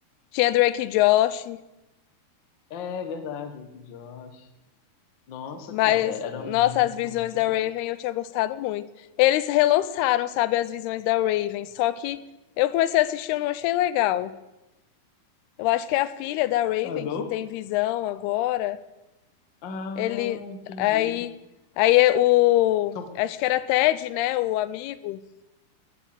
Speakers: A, on the left; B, on the left.
A: Tinha Drake e Josh,
B: É verdade, Rick e Josh. Nossa,
A: mas,
B: cara, era
A: nossa,
B: muito,
A: as visões
B: muito
A: da
B: bom.
A: Raven eu tinha gostado muito. Eles relançaram, sabe, as visões da Raven, só que eu comecei a assistir e eu não achei legal. Eu acho que é a filha da Raven
B: Ah, não?
A: que tem visão agora.
B: Ah,
A: Ele
B: entendi.
A: aí aí é o
B: São,
A: acho que era Ted, né, o amigo.